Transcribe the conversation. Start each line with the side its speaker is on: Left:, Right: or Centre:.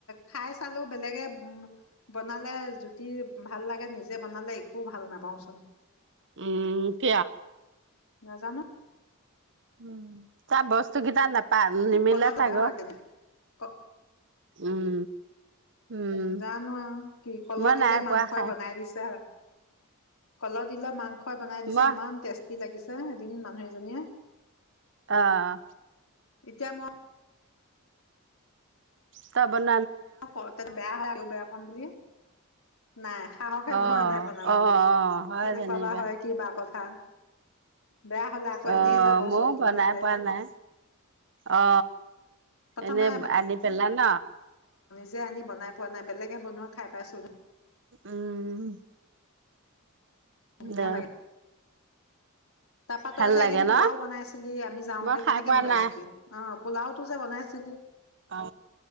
Left: খাই চালো বেলেগে উ বনালে জুতি ভাল লাগে নিজে বনালে একো ভাল নাপাওঁচোন
Right: উম ক
Left: নাজানো
Right: উম চ বস্তু কিত নাপ প নিমিলা
Left: কলৰ দিলে
Right: চাগে
Left: হয় কেতিয়া ক
Right: উম উম
Left: জানো আৰু কি কলহ
Right: মই
Left: দিলে
Right: নাই
Left: মাংসই
Right: পোৱা খাই
Left: বনাই দিছে হ কল দিলা মক খ বনাই দিছে
Right: মই
Left: ইমান টেষ্টি ব কি লাগিছে এদিন মানুহ এজনীয়ে
Right: আহ
Left: এিতিয়া মই
Right: ত বন
Left: ক ত বেয়া বেয়া পাম দিয়ে নাই সাহসে
Right: অ
Left: পোৱা নাই বনাবলৈ
Right: অ অ হয়
Left: কেনেকুৱা
Right: যেনিবা
Left: বা হয় কি বা কথা বেয়া হলে আকৌ
Right: অ
Left: এনেই যাব
Right: মই
Left: চব বোলো
Right: বনাই
Left: হেতে
Right: পোৱা নাই অ
Left: প্ৰথমে
Right: এনেই আনি পেলা ন
Left: যে আনি বনাই পোৱা নাই বেলেগে বনোৱা খাই পাইছোন
Right: উম
Left: ধুনীয়া
Right: দে
Left: লাগে তাৰ পাতৰ
Right: ভাল
Left: যে
Right: লাগে
Left: এদিন
Right: ন
Left: পোলাও বনাইছিলি আমি যাওঁতে
Right: মই খাই
Left: কেনেকে
Right: পোৱা
Left: বনাইছিলি
Right: নাই
Left: অ পোলাওটো যে বনাইছিলি
Right: অ